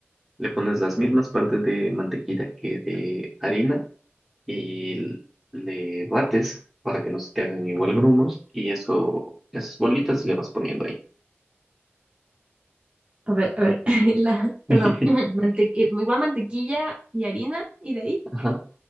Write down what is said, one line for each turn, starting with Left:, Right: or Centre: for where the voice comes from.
Centre: le pones las mismas partes de mantequilla que de harina, y le bates para que no se te hagan igual grumos y eso, esas bolitas le vas poniendo ahí.
Right: A ver, a ver, <laughs> la, perdón,
Centre: <laughs>
Right: <clears throat> <laughs> mantequi- igual mantequilla y harina, y de ahí.
Centre: Ajá.